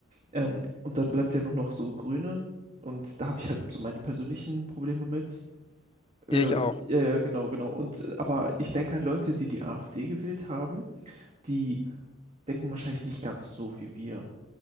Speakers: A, on the right; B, on the left.
A: Ähm, und dann bleibt ja nur noch so Grüne und da habe ich halt so meine persönlichen Probleme mit. Äh,
B: Ja, ich auch.
A: ja, ja, genau, genau. Und äh, aber ich denke halt, Leute, die die AfD gewählt haben, die denken wahrscheinlich nicht ganz so wie wir.